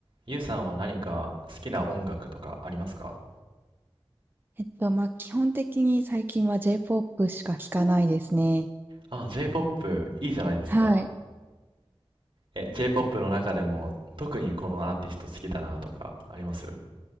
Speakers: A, on the right; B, on the right.
A: ゆうさんは何か好きな音楽とかありますか
B: えっと、まあ、基本的に最近は J-POP しか聞かないですね。
A: あ、J-POP いいじゃないですか。
B: はい。
A: え、J-POP の中でも特にこのアーティスト好きだなとかあります